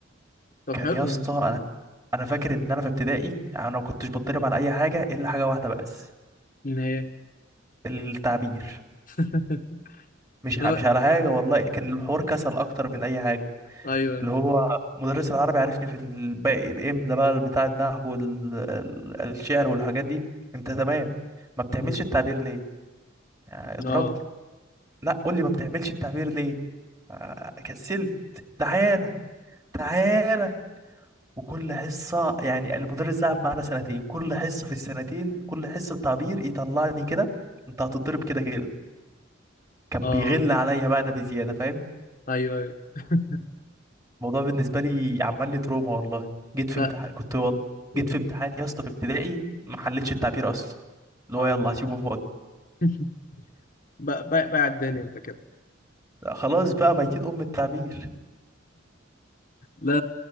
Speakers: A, on the left; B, on the right.
A: طب
B: كان
A: حلو
B: يا اسطى
A: والله
B: انا انا فاكر ان انا في ابتدائي انا ما كنتش بتضرب على اي حاجه الا حاجه واحده بس
A: النهاية
B: التعبير
A: <laughs>
B: مش
A: ترى
B: ع- مش على حاجه والله كان الحوار كسل اكتر من اي حاجه
A: ايوه
B: اللي هو مدرس العربي عارفني في الباقي باملا بقى بتاع النحو والشعر والحاجات دي انت تمام ما بتعملش
A: مم.
B: التعبير ليه يعني اضربني
A: اه
B: لا قول لي ما بتعملش التعبير ليه آه، كسلت تعالى تعالى وكل حصة يعني المدرس ده قعد معانا سنتين كل حصة في السنتين كل حصة تعبير يطلعني كده انت هتضرب كده كده كان
A: اه
B: بيغل عليا بقى انا بزيادة فاهم
A: ايوه ايوه <laughs>
B: الموضوع بالنسبة لي عمل لي تروما والله جيت في
A: لا
B: امتحان كنت والله
A: مم.
B: جيت في امتحان يا اسطى في ابتدائي ما حلتش التعبير اصلا اللي
A: اه
B: هو يلا هسيبه فاضي
A: <laughs> بقى بقى بقى الدنيا انت كده
B: لا، خلاص بقى ميتين ام التعبير
A: لا